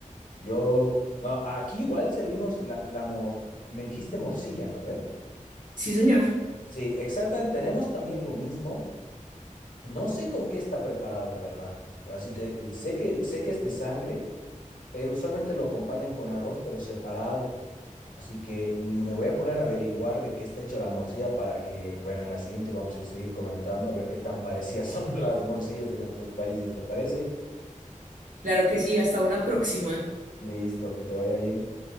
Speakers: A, on the left (about 85°); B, on the right (about 80°).
A: Yo, no, aquí igual servimos la, la mo- me dijiste morcilla, ¿no ve?
B: Sí, señor.
A: Sí, exactamente, tenemos también lo mismo. No sé con qué está preparado, la verdad, pero así te, sé que, sé que es de sangre pero usualmente lo acompañan con arroz, pero separado. Así que mm, me voy a poner a averiguar de qué está hecho la morcilla para que, bueno, en la siguiente vamos a seguir comentando a ver qué tan parecidas <laughs> son las morcillas de nuestros países, ¿te parece?
B: Claro que sí, hasta una próxima.
A: Listo, que te vaya bien.